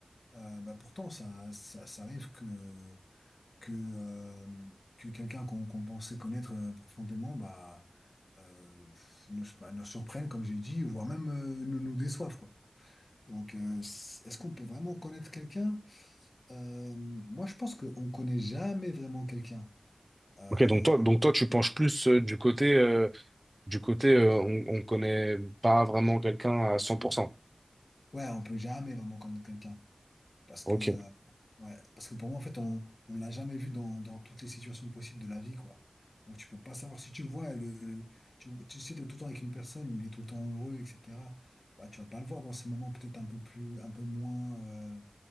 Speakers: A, on the left; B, on the right.
A: Euh, bah, pourtant, ça, ça, ça arrive que, que, euh, que quelqu'un qu'on qu'on pensait connaître euh, profondément, bah, euh, nous, bah, nous surprenne, comme j'ai dit, voire même euh, nous, nous déçoive, quoi. Donc, euh, c- est-ce qu'on peut vraiment connaître quelqu'un? Euh, moi, je pense qu'on ne connaît jamais vraiment quelqu'un. Euh,
B: Ok, donc toi, donc toi, tu penches plus euh, du côté, euh, du côté, euh, on, on connaît pas vraiment quelqu'un à cent pour cent
A: ouais, on peut jamais vraiment connaître quelqu'un. Parce
B: Ok,
A: que, euh, ouais, parce que pour moi, en fait, on ne l'a jamais vu dans, dans toutes les situations possibles de la vie, quoi. Donc, tu peux pas savoir si tu vois, le, le- tu, tu sais, t'es tout le temps avec une personne où il est tout le temps heureux, etc. Bah, tu vas pas le voir dans ces moments peut-être un peu plus, un peu moins, euh,